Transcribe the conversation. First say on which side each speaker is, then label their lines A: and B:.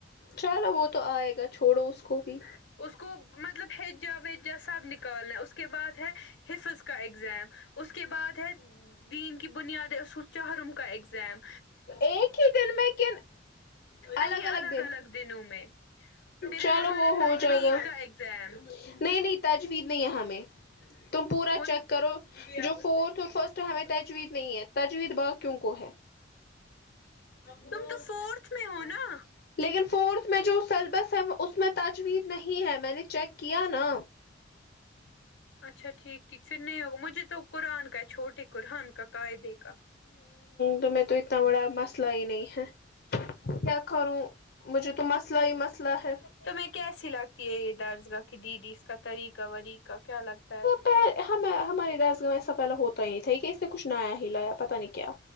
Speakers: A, on the left (about 55°); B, on the left (about 75°).
A: چلو وہ تو آئے گا چھوڑو اس کو بھی
B: اس کو مطلب ہیج جا وج جا سب نکالنا ہے اس کے بعد ہے حفظ کا اگزام اس کے بعد ہے دین کی بنیاد اصول چہرم کا اگزام
A: ایک ہی دن میں کن الگ
B: نہیں
A: الگ دن
B: دنوں میں پھر ہے
A: چلو
B: ہمارا
A: وہ
B: تجوید
A: ہو جائے گا
B: کا ایگزام
A: نہیں نہیں تجوید نہیں ہے ہمیں تم پورا
B: وہ نہیں
A: چیک کرو جو فورتھ اور فرسٹ ہمیں تجوید نہیں ہے تجوید با کیوں کو ہے اور
B: تم
A: وہ
B: تو فورتھ
A: بتاؤ
B: میں ہو نا
A: لیکن فورتھ میں جو سیلیبس ہے اس میں تجویزد نہیں ہے میں نے چیک کیا نا
B: اچھا ٹھیک ٹھیک پھر نہیں ہوگا مجھے تو قرآن کا ہے چھوٹے قرآن کا قاعدے کا
A: تہیں تو اتنا بڑا مسئلہ ہی نہیں ہے کیا کروں مجھے تو مسئلہ ہی مسئلہ ہے
B: تومیں کیسی لگتی ہے یہ درج گا کہ دیدی اس کا طریقہ وریقہ کیا لگتا ہے
A: پہل ہم ہماریے داس گاہں ایسا پہلے ہوتا ہی نہیں تھا کہ اسے کچھ نایا ہی لایا پتاہ نہیں کیا